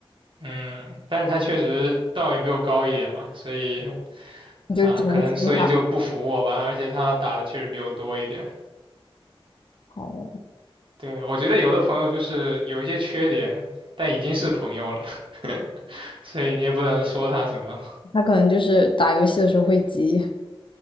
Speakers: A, on the right; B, on the left.
A: 嗯，但是他确实段位比我高一点嘛，所以
B: 你就只能听他
A: 啊，可能所以就不服我吧，而且他打的确实比我多一点。
B: 它。哦，
A: 对，我觉得有的朋友就是有一些缺点，但已经是朋友了，<laughs> 所以你也不能说他什么。
B: 他可能就是打游戏的时候会急